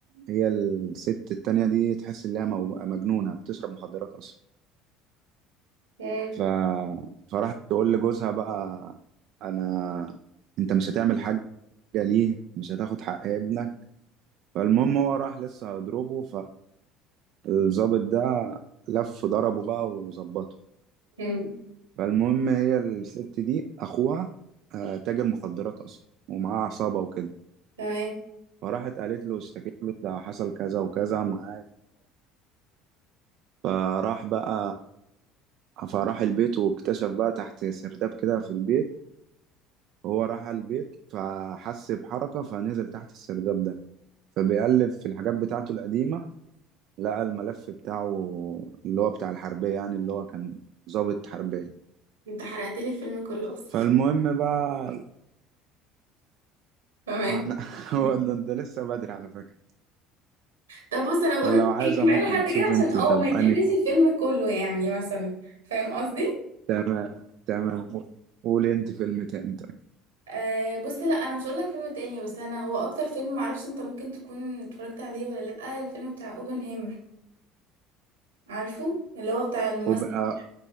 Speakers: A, on the right (about 55°); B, on the right (about 85°).
A: هي الست التانية دي تحس إن هي مو- مجنونة بتشرب مخدرات أصلا
B: مم،
A: ف... فراحت تقول لجوزها بقى أنا أنت مش هتعمل حاجة ليه مش هتاخد حق ابنك فالمهم هو راح لسه هيضربه فالظابط ده لف ضربه بقى وظبطه
B: مم،
A: فالمهم هي الست دي اخوها آه، تاجر مخدرات اصلا ومعاه عصابه وكده
B: تمام
A: فراحت قالت له اشتكيت له ده حصل كذا وكذا معايا فراح بقى فراح البيت واكتشف بقى تحت سرداب كده في البيت هو راح على البيت فحس بحركة فنزل تحت السرداب ده فبيقلب في الحاجات بتاعته القديمة لقى الملف بتاعه اللي هو بتاع الحربية يعني اللي هو كان ضابط حربية
B: انت حرقت لي الفيلم كله اصلا
A: فالمهم بقى
B: تمام
A: أنا- <laughs>
B: مم.
A: هو ده ده لسه بدري على فكرة
B: طب بص انا بقول
A: لو
B: لك
A: عايزة
B: ايه كفايه
A: ممكن
B: لحد
A: تشوف
B: كده
A: انت
B: عشان اه
A: طب
B: ما يتحرقش
A: اني
B: الفيلم كله يعني مثلا فاهم قصدي
A: تمام تمام قولي انت فيلم تاني طيب
B: آه بص لا انا مش هقول لك فيلم تاني بس انا هو اكتر فيلم معرفش انت ممكن تكون اتفرجت عليه ولا لا الفيلم بتاع اوبنهايمر عارفه اللي هو بتاع الممثل
A: وبقى